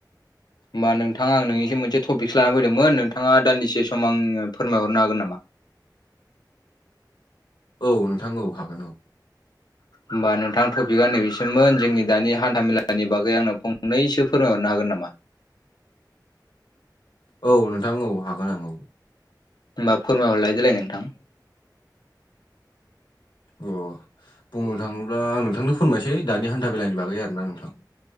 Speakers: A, on the left; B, on the left.
A: होमबा नोंथां आं नोंनिसिम मोनसे टपिकसो लाना फैदोंमोन नोंथाङा दानदिसे सम आंनो फोरमायहरनो हागोन नामा?
B: औ नोंथां औ हागोन औ।
A: होमबा नोंथां टपिकआ नैबेसोमोन जोंनि दानि हान्थामेलानि बागै आंनो फंनैसो फोरमायहरनो हागोन नामा?
B: औ नोंथां औ हागोन आं औ।
A: होनबा फोरमायहरलाय देलाय नोंथां।
B: अ बुंनो थाङोब्ला आं नोंथांनो फोरमायसै दानि हान्था बेेलानि बागै आरोना नोंथां।